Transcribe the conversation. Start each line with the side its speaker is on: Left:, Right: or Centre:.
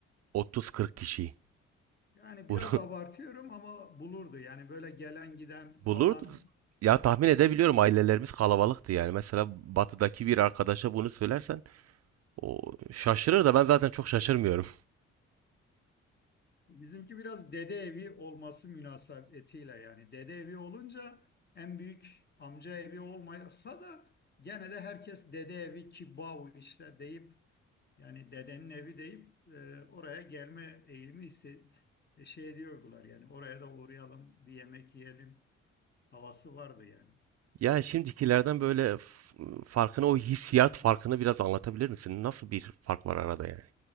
Right: 30-40 kişi
Left: Yani
Right: bunu
Left: biraz abartıyorum ama bulurdu yani böyle gelen giden
Right: <laughs>
Left: kalan
Right: bulurdu. Ya tahmin edebiliyorum ailelerimiz kalabalıktı yani. Mesela batıdaki bir arkadaşa bunu söylersen o şaşırır da ben zaten çok şaşırmıyorum.
Left: bizimki biraz dede evi olması münasebetiyle yani dede evi olunca en büyük amca evi olmasa da gene de herkes dede evi kibav işte deyip Yani dedenin evi deyip e, oraya gelme eğilimi hisse, e, şey diyordular yani oraya da uğrayalım bir yemek yiyelim havası vardı yani.
Right: Ya şimdikilerden böyle f- farkını, o hissiyat farkını biraz anlatabilir misin? Nasıl bir fark var arada yani?